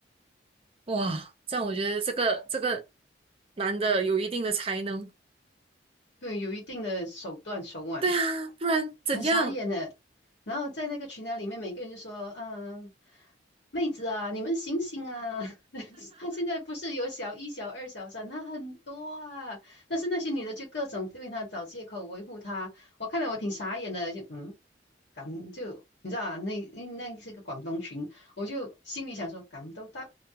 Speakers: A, on the right; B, on the left.
A: 哇，这样我觉得这个这个男的有一定的才能，
B: 对，有一定的手段手腕。
A: 对啊，不然怎样？
B: 很傻眼的，然后在那个群聊里面，每个人就说：“嗯、妹子啊，你们醒醒啊！<laughs> 他现在不是有小一、小二、小三，他很多啊。但是那些女的就各种为他找借口维护他，我看了我挺傻眼的，就嗯，敢就你知道啊，那那那是个广东群，我就心里想说，敢都得，